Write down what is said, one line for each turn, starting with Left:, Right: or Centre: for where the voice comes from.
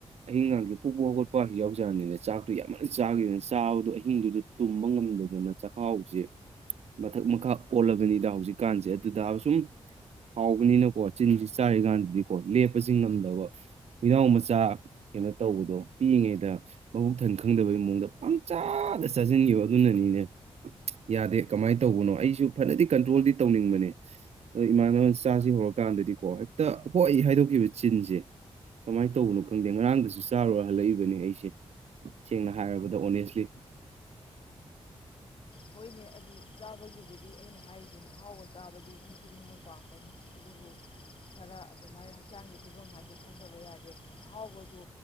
Right: ꯑꯍꯤꯡꯒꯥꯡꯁ ꯄꯨꯣꯛꯄ ꯍꯧꯒꯣꯠꯄꯁꯨ ꯌꯥꯎꯖꯔꯅꯤꯅꯦ ꯆꯥꯛ ꯑꯗꯨ ꯌꯥꯝꯟꯅ ꯆꯥꯈꯤꯗꯅ ꯆꯥꯕꯗꯣ ꯑꯍꯤꯡꯗꯨꯗ ꯇꯨꯝꯕ ꯉꯝꯗꯗꯅ ꯆꯥꯛꯈꯥꯎꯁꯦ ꯃꯊꯛ ꯃꯈꯥ ꯑꯣꯜꯂꯕꯅꯤꯗ ꯍꯧꯖꯤꯛꯀꯥꯟꯁꯦ ꯑꯗꯨꯗ ꯁꯨꯝ ꯍꯥꯎꯕꯅꯤꯅꯀꯣ ꯆꯤꯟꯁꯤ ꯆꯥꯔꯤꯀꯥꯟꯗꯗꯤꯀꯣ ꯂꯦꯞꯄꯁꯤ ꯉꯝꯗꯕ ꯍꯨꯏꯅꯥꯎ ꯃꯆꯥ ꯀꯩꯅꯣ ꯇꯧꯕꯗꯣ ꯄꯤꯛꯉꯦꯗ ꯃꯕꯨꯛ ꯊꯟ ꯈ ꯈꯪꯗꯕꯩ ꯃꯑꯣꯡꯗ ꯄꯪ ꯆꯥꯗ ꯆꯥꯁꯤꯟꯈꯤꯕ ꯑꯗꯨꯅꯅꯤꯅꯦ ꯌꯥꯗꯦ ꯀꯃꯥꯏꯅ ꯇꯧꯕꯅꯣ ꯑꯩꯁꯨ ꯐꯅꯗꯤ ꯀꯟꯇ꯭ꯔꯣꯜꯗꯤ ꯇꯧꯅꯤꯡꯕꯅꯦ ꯑꯗꯣ ꯏꯃꯥꯟꯅꯕꯅ ꯆꯥꯁꯤ ꯍꯧꯔꯀꯥꯟꯗꯗꯤꯀꯣ ꯍꯦꯛꯇ ꯍꯣꯏ ꯍꯥꯏꯗꯣꯛꯈꯤꯕ ꯆꯤꯟꯁꯦ ꯀꯃꯥꯏꯅ ꯇꯧꯕꯅꯣ ꯈꯪꯗꯦ ꯉꯔꯥꯡꯗꯁꯨ ꯆꯥꯔꯨꯔ ꯍꯜꯂꯛꯏꯕꯅꯦ ꯑꯩꯁꯦ ꯁꯦꯡꯅ ꯍꯥꯏꯔꯕꯗ ꯑꯣꯅꯦꯁꯂꯤ
Left: ꯍꯣꯏꯅꯦ ꯑꯗꯨ ꯆꯥꯕꯒꯤꯕꯨꯗꯤ ꯑꯩꯅ ꯍꯥꯏꯔꯤꯗꯨꯅꯤ ꯑꯍꯥꯎꯕ ꯆꯥꯕꯗꯤ ꯃꯤ ꯈꯨꯗꯤꯡꯃꯛ ꯄꯥꯝꯒꯅꯤ ꯑꯗꯨꯕꯨ ꯈꯔ ꯑꯗꯨꯃꯥꯏꯅ ꯍꯛꯆꯥꯡꯒꯤ ꯐꯤꯕꯝ ꯍꯥꯏꯁꯨ ꯈꯟꯗꯕ ꯌꯥꯗꯦ ꯑꯍꯥꯎꯕꯗꯨ